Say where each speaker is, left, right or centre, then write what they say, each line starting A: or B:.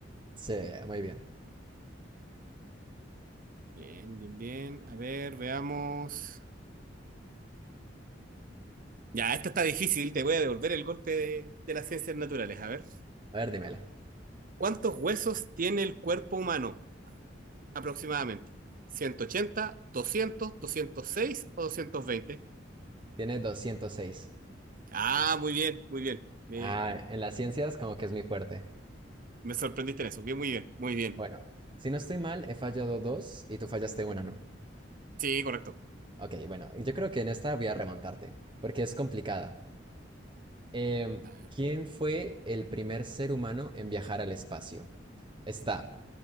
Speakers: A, on the right; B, on the right.
A: Sí, muy bien.
B: Bien, bien, bien. A ver, veamos. Ya, esta está difícil, te voy a devolver el golpe de, de las ciencias naturales. A ver,
A: A ver, dímelo.
B: ¿cuántos huesos tiene el cuerpo humano? aproximadamente? ¿180, 200, 206 o 220?
A: Tiene 206.
B: Ah, muy bien, muy bien. Me,
A: Ah, en las ciencias como que es mi fuerte.
B: me sorprendiste en eso. Bien, muy bien, muy bien.
A: Bueno, si no estoy mal, he fallado dos y tú fallaste una, ¿no?
B: Sí, correcto.
A: Ok, bueno, yo creo que en esta voy a remontarte, porque es complicada. Em,
B: A ver.
A: ¿quién fue el primer ser humano en viajar al espacio? Está